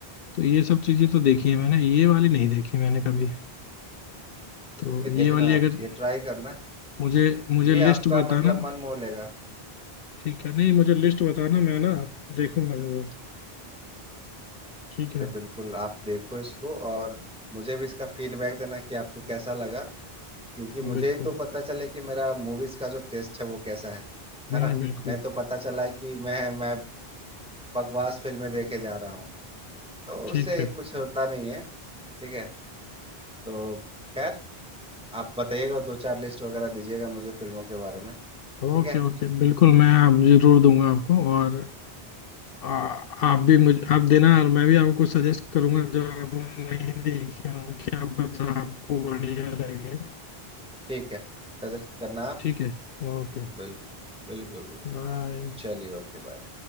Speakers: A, on the left; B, in the centre.
A: तो ये सब चीजें तो देखी है मैंने ये वाली नहीं देखी मैंने कभी तो
B: ये देखना
A: ये वाली
B: आप
A: अगर
B: ये ट्राई करना
A: मुझे मुझे
B: ये
A: लिस्ट
B: आपका
A: बताना
B: मतलब मन मोह लेगा
A: ठीक है नहीं मुझे लिस्ट बताना मैं ना देखूंगा वो ठीक
B: अरे
A: है
B: बिल्कुल आप देखो इसको और मुझे भी इसका फीडबैक देना कि आपको कैसा लगा क्योंकि मुझे
A: बिल्कुल
B: ही तो पता चले कि मेरा मूवीज का जो टेस्ट है वो कैसा है
A: नहीं
B: है ना
A: नहीं बिल्कुल
B: नहीं तो पता चला है कि मैं मैं बकवास फिल्में देखे जा रहा हूँ तो
A: ठीक
B: उससे
A: है
B: कुछ होता नहीं है ठीक है तो खैर आप बताइएगा दो चार लिस्ट वगैरह दीजिएगा मुझे फिल्मों के बारे में ठीक
A: ओके
B: है
A: ओके बिल्कुल मैं आप जरूर दूंगा आपको और आ, आप भी मुझे आप देना और मैं भी आपको कुछ सजेस्ट करूंगा जो आप नहीं देखी हों कि आप बता आपको बढ़िया लगे
B: ठीक है सजेस्ट करना आप
A: ठीक है Okay
B: बिल्कुल बिल्कुल बिल्कुल
A: bye
B: चलिए ओके बाय